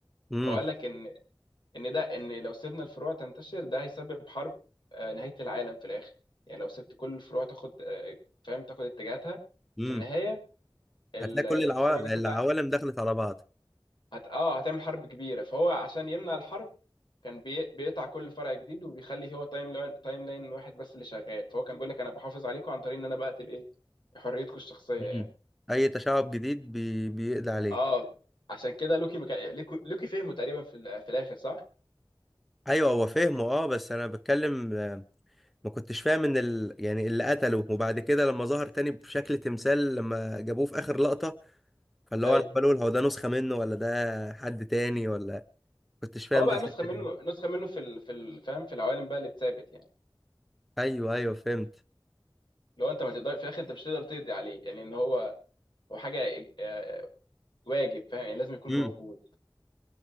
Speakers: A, in the centre; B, on the left (about 60°).
A: امم
B: هو قال لك ان ان ده ان لو سيبنا الفروع تنتشر ده هيسبب حرب آه، نهاية العالم في الاخر يعني لو سبت كل الفروع تاخد آه، فاهم تاخد اتجاهاتها
A: امم
B: في النهاية ال-
A: هتلاقي كل
B: الفروع
A: العوا...
B: دي كلها
A: العوالم دخلت على بعض
B: هت... اه هتعمل حرب كبيرة فهو عشان يمنع الحرب كان بي... بيقطع كل فرع جديد وبيخلي هو تايم لاين تايم لاين واحد بس اللي شغال فهو كان بيقول لك انا بحافظ عليكم عن طريق ان انا بقتل ايه حريتكم الشخصية
A: مم.
B: يعني
A: اي تشعب جديد بي... بيقضي عليه
B: اه عشان كده لوكي مك... لوكي لوكي فهمه تقريبا في ال... في الاخر صح؟
A: ايوه هو فهمه اه بس انا بتكلم آه، ما كنتش فاهم ان ال... يعني اللي قتله وبعد كده لما ظهر تاني بشكل تمثال لما جابوه في اخر لقطة فاللي
B: ايوه
A: هو انا بقول هو ده نسخة منه ولا ده حد تاني ولا ما كنتش فاهم
B: هو بقى
A: بس
B: نسخه
A: الحتة
B: منه
A: دي.
B: نسخه منه في ال... في ال... فاهم في العوالم بقى اللي اتثابت يعني
A: ايوه ايوه فهمت
B: لو انت ما تقدر في الاخر انت مش تقدر تقضي عليه يعني ان هو هو حاجه إج- آه، واجب فاهم يعني لازم يكون
A: امم
B: موجود